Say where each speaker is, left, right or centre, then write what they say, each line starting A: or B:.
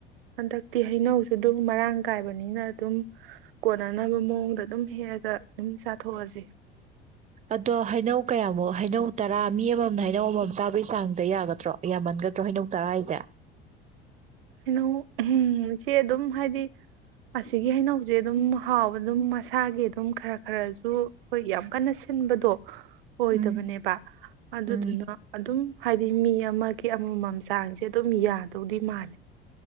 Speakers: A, on the right (about 65°); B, on the right (about 25°).
A: ꯍꯟꯗꯛꯇꯤ ꯍꯩꯅꯧꯁꯨ ꯑꯗꯨꯝ ꯃꯔꯥꯡ ꯀꯥꯏꯕꯅꯤꯅ ꯑꯗꯨꯝ ꯀꯣꯟꯅꯅꯕ ꯃꯑꯣꯡꯗ ꯑꯗꯨꯝ ꯍꯦꯛꯑꯒ ꯑꯗꯨꯝ ꯆꯥꯊꯣꯛꯑꯁ
B: ꯑꯗꯣ ꯍꯩꯅꯧ ꯀꯌꯥꯃꯨꯛ ꯍꯩꯅꯧ ꯇꯔꯥ ꯃꯤ ꯑꯃꯃꯝꯅ ꯍꯩꯅꯧ ꯑꯃꯃꯝ ꯆꯥꯕꯒꯤ ꯆꯥꯡꯗ ꯌꯥꯒꯗ꯭ꯔꯣ ꯌꯥꯝꯃꯟꯒꯗ꯭ꯔꯣ ꯍꯩꯅꯧ ꯇꯔꯥ ꯍꯥꯏꯁꯦ
A: ꯍꯩꯅꯧ ꯆꯦ ꯑꯗꯨꯝ ꯍꯥꯏꯗꯤ ꯑꯁꯤꯒꯤ ꯍꯩꯅꯧꯁꯦ ꯑꯗꯨꯝ ꯍꯥꯎꯕ ꯑꯗꯨꯝ ꯃꯁꯥꯒꯤ ꯑꯗꯨꯝ ꯈꯔ ꯈꯔꯁꯨ ꯑꯩꯈꯣꯏ ꯌꯥꯝ ꯀꯟꯅ ꯁꯤꯟꯕꯗꯣ ꯑꯣꯏꯗꯕꯅꯦꯕ
B: ꯎꯝ
A: ꯑꯗꯨꯗꯨꯅ
B: ꯎꯝ
A: ꯑꯗꯨꯝ ꯍꯥꯏꯗꯤ ꯃꯤ ꯑꯃꯒꯤ ꯑꯃꯃꯝ ꯆꯥꯡꯁꯦ ꯑꯗꯨꯝ ꯌꯥꯗꯧꯗꯤ ꯃꯥꯜꯂꯦ